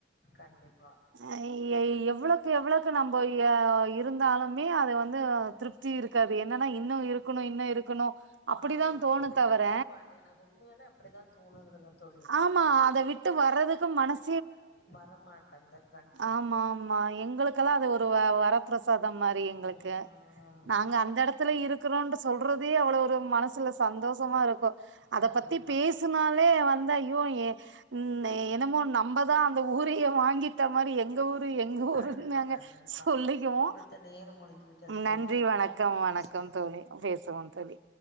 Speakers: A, on the left; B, on the right.
A: கண்டிப்பா
B: அய் எவ்ளோவுக்கு எவ்ளோவுக்கு நம்ம அ இருந்தாலுமே அது வந்து திருப்தி இருக்காது என்னன் ஆன இன்னோ இருக்கணு இன்னோ இருக்கணு அப்டிதா
A: ஆமாங்க
B: தோணு
A: தோழி.
B: தவர
A: கண்டிப்பா. எனக்கு உண்மையாலே அப்படிதான் தோணுதுங்க தோழி.
B: ஆமா அத விட்டு வர்றதுக்கு மனசு
A: வரமாட்டந்து
B: ஆமா ஆமா எங்களுக்கெல்லா அது ஒரு வ வர பிரசாதம் மாரி எங்களுக்கு
A: ம்.
B: நாங்க அந்த எடத்துல இருக் கிறேண்டு சொல்றதே அவ்ளோ ஒரு மனசுல சந்தோஷமா இருக்கு அத
A: கண்டிப்பா.
B: பத்தி பேசனாலே வந்து அய் <inaudible> ம் என்னமோ நம்பதா அந்த ஊரயே வாங்கிட்ட மாரி எங்க ஊர் எங்க ஊரு
A: கண்டிப்பா,
B: நாங்க
A: கண்டிப்பா.
B: சொல்லக்கிவோ
A: குடுத்த நேரம் முடிந்து விட்டது தோழி.
B: நன்றி வணக்கம்
A: மீண்டும்
B: வணக்கம்
A: பேசுவோம்.
B: தோழி பேசுவோ தோழி